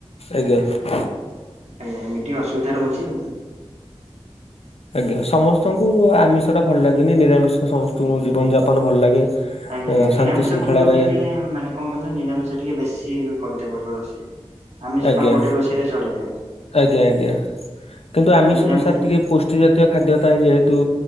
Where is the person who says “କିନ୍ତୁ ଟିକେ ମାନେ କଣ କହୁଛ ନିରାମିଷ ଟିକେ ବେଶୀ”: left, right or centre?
Right